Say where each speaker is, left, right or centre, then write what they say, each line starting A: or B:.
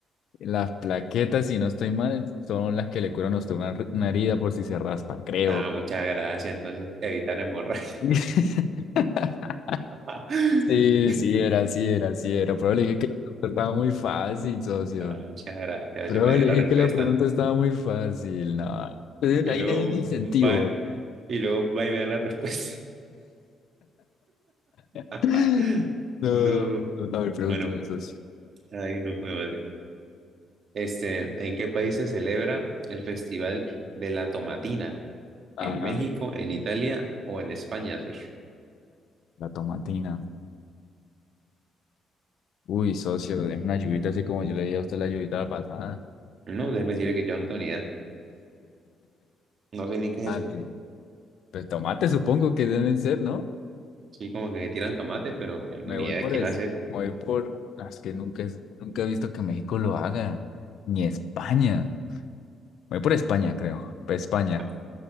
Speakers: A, on the left; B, on the right.
A: Las plaquetas, si no estoy mal, son las que le curan a usted una, r- una herida por si se raspa, creo.
B: Ah, muchas gracias. Entonces, evitar hemorragia.
A: <laughs>
B: <laughs>
A: Sí, sí era, sí era, sí era. Pero le dije que la pregunta estaba muy fácil, socio.
B: Ah, muchas gracias.
A: Pero
B: socio, me
A: bueno,
B: dio
A: le
B: la
A: dije
B: respuesta.
A: que la pregunta estaba muy fácil. No, Entonces,
B: Y
A: ahí
B: luego
A: le di el incentivo.
B: va, y luego va y me da la respuesta.
A: bro.
B: <laughs>
A: <laughs> No.
B: No,
A: A ver, pregúntale,
B: bueno,
A: socio.
B: ay, no, mi madre. Este, ¿en qué país se celebra el Festival de la Tomatina?
A: Ah,
B: ¿En México, en Italia o en España? socio?
A: la tomatina. Uy, socio, es una lluvita así como yo le dije a usted la lluvita pasada.
B: No, déjeme decirle que yo no tengo ni idea. No sé ni qué es
A: Tomate.
B: eso.
A: Pues tomate supongo que deben ser, ¿no?
B: Sí, como que tiran tomates, pero pues,
A: Me
B: ni
A: voy
B: idea
A: por
B: de quién
A: eso.
B: hace eso.
A: Me voy por... Ah, Es que nunca, es- nunca he visto que México lo haga. Ni España. Me voy por España, creo. Por España.
B: Ah,